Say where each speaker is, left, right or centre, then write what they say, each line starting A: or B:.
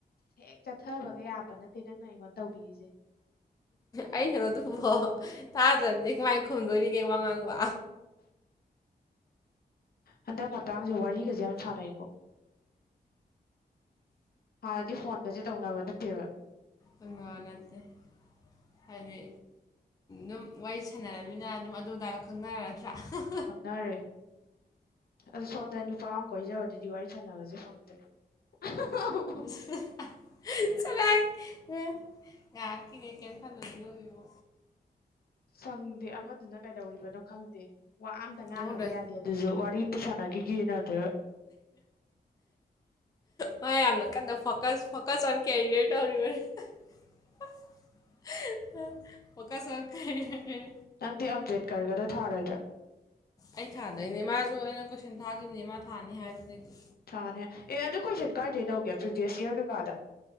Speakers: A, on the left; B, on the left.
A: ꯍꯦꯛ ꯆꯠꯊꯕꯒ ꯌꯥꯕ ꯅꯠꯇꯦ ꯅꯪꯅ ꯑꯩꯉꯣꯟ ꯇꯧꯕꯤꯔꯤꯖꯦ
B: ꯑꯩꯩꯅꯔꯣ ꯑꯗꯨꯕꯣ ꯊꯥꯗ꯭ꯔꯗꯤ ꯀꯃꯥꯏ ꯈꯨꯝꯗꯣꯔꯤꯒꯦ ꯋꯥ ꯉꯥꯡꯕ
A: ꯍꯟꯗꯛ ꯃꯇꯥꯡꯖꯦ ꯋꯥꯔꯤꯒꯖꯦ ꯌꯥꯝ ꯁꯥꯟꯅꯩꯀꯣ ꯍꯥꯟꯅꯗꯤ ꯐꯣꯟꯒꯖꯦ ꯇꯧꯅꯕ ꯅꯠꯇꯦꯕ
B: <unintelligible> ꯅꯠꯇꯦ ꯍꯥꯏꯗꯤ ꯗꯨꯝ ꯋꯥꯔꯤ ꯁꯥꯟꯅꯔꯞꯅꯤꯅ ꯑꯗꯨꯝ ꯑꯗꯨ ꯗꯥꯗꯣ ꯈꯪꯅꯔꯗ꯭ꯔꯥ <unintelligible>
A: ꯈꯪꯅꯔꯦ ꯑꯗꯣ ꯁꯣꯝꯗ ꯅꯨꯄꯥ ꯑꯃ ꯀꯣꯏꯖꯕꯗꯨꯗꯤ ꯋꯥꯔꯤ ꯁꯥꯟꯅꯕꯁꯦ ꯐꯪꯗ꯭ꯔꯦ <unintelligible>
B: <unintelligible> ꯆꯂꯥꯏ ꯑꯥ ꯉꯍꯥꯛꯀꯤꯅꯦ ꯀꯩꯝ ꯈꯜꯂꯨ ꯑꯗꯨꯒꯤꯕꯨ
A: ꯁꯪꯗꯦ ꯑꯃꯗꯨꯅ ꯀꯩꯗꯧꯔꯤꯕꯅꯣ ꯈꯪꯗꯦ ꯋꯥ ꯑꯝꯇ ꯉꯥꯡꯉꯨꯕ
B: ꯑꯩꯉꯣꯟꯗ
A: ꯌꯥꯗꯦ ꯑꯗꯨꯖꯨ ꯋꯥꯔꯤ ꯑꯝꯇ ꯁꯥꯟꯅꯒꯤꯒꯦꯅ ꯑꯗ
B: ꯃꯥ ꯌꯥꯝꯅ ꯀꯟꯅ ꯐꯣꯀꯁ ꯐꯣꯀꯁ ꯑꯣꯟ ꯀꯦꯔꯤꯌꯔ ꯇꯧ <unintelligible> <unintelligible> ꯐꯣꯀꯁ ꯑꯣꯟ ꯀꯦꯔꯤꯌꯔ <unintelligible>
A: ꯅꯪꯗꯤ ꯑꯝꯕꯦꯗꯀꯔꯒꯗꯣ ꯊꯥꯔꯣꯏꯗ꯭ꯔꯥ
B: ꯑꯩ ꯊꯥꯗꯣꯏꯅꯦ ꯃꯥꯖꯨ ꯑꯩꯅ ꯀꯣꯏꯁꯟ ꯊꯥꯒꯤꯈꯤꯕꯅꯤ ꯃꯥ ꯊꯥꯅꯤ ꯍꯥꯏꯕꯗꯒꯤ
A: ꯊꯥꯅꯦ ꯑꯦ ꯑꯗꯨ ꯀꯣꯏꯁꯟ ꯀꯥꯏꯗꯩ ꯂꯧꯒꯦ ꯄ꯭ꯔꯤꯚꯤꯌꯁ ꯌꯔ ꯀꯩꯀꯥꯗ